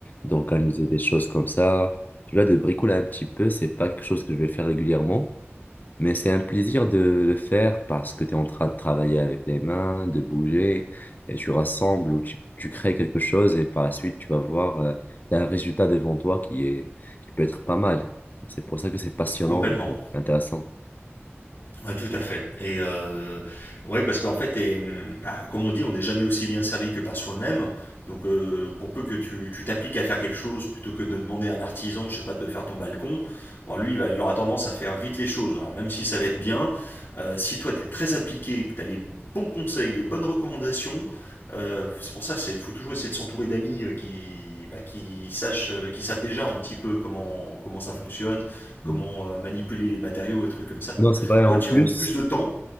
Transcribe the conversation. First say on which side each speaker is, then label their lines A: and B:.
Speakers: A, on the left; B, on the left.
A: d'organiser des choses comme ça. Tu vois, de bricoler un petit peu, c'est pas quelque chose que je vais faire régulièrement, mais c'est un plaisir de le faire parce que tu es en train de travailler avec les mains, de bouger, et tu rassembles ou tu, tu crées quelque chose et par la suite, tu vas voir, euh, t'as un résultat devant toi qui est, qui peut être pas mal. C'est pour ça que c'est passionnant,
B: complètement.
A: intéressant.
B: Ouais, tout à fait. Et euh, ouais, parce qu'en fait, t'es, hum, bah, comme on dit, on n'est jamais aussi bien servi que par soi-même. Donc, euh, pour peu que tu tu t'appliques à faire quelque chose, plutôt que de demander à un artisan, je sais pas, de faire ton balcon, bon, lui, il, va- il aura tendance à faire vite les choses. Alors, même si ça va être bien, euh, si toi, tu es très appliqué, que tu as les bons conseils, les bonnes recommandations, euh, c'est pour ça qu'il faut toujours essayer de s'entourer d'amis euh, qui, bah, qui sachent, euh, qui savent déjà un petit peu comment, comment ça fonctionne,
A: Mmh.
B: comment euh, manipuler les matériaux et trucs comme ça.
A: Non, c'est vrai,
B: Toi,
A: en
B: tu
A: plus,
B: vas mettre plus de temps